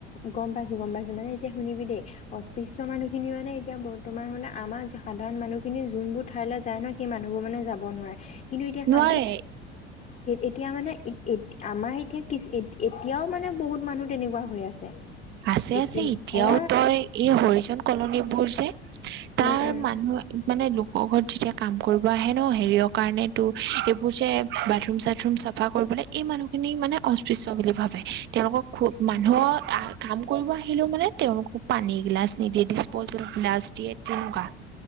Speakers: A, on the left; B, on the right.
A: গম পাইছো গম পাইছো মানে এতিয়া শুনিবি দেই, অস্পৃশ্য মানুহখিনি মানে এতিয়া বৰ্তমান মানে আমাৰ সাধাৰণ মানুহখিনি যোনবোৰ ঠাইলৈ যায় ন সেই মানুহবোৰ মানে যাব নোৱাৰে। কিন্তু এতিয়া
B: নোৱাৰে
A: চাবি, এতিয়া মানে এ আমাৰ এতিয়া কি এতিয়াও মানে বহুত মানুহ তেনেকুৱা হৈ আছে
B: আছে-আছে,
A: এ
B: এতিয়াও
A: অ
B: তই এই হৰিজন কলনীবোৰ যে তাৰ
A: উম উম
B: মানুহ মানে লোকৰ ঘৰত যেতিয়া কাম কৰিব আহে ন হেৰিয়ৰ কাৰণে তোৰ এইবোৰ যে বাথৰুম চাথৰুম চাফা কৰিবলৈ এই মানুহখিনি মানে অস্পৃশ্য বুলি ভাবে তেওঁলোকক খু মানুহক আহ কাম কৰিব আহিলেও মানে তেওঁলোকক পানী গিলাচ নিদিয়ে দিছ পজেল গ্লাচ দিয়ে তেনেকুৱা